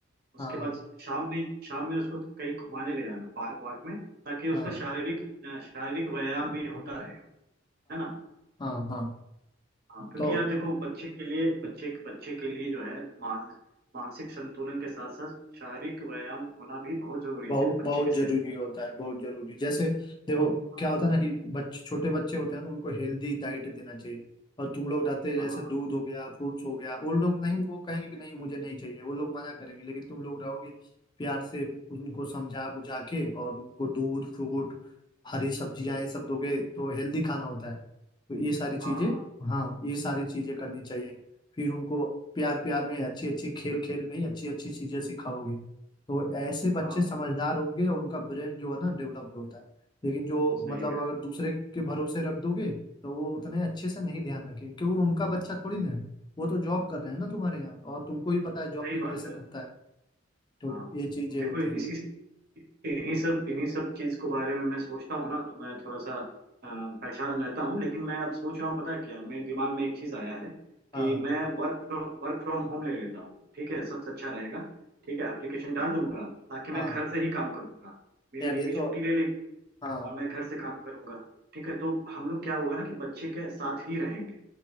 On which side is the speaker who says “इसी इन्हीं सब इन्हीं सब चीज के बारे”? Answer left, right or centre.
Right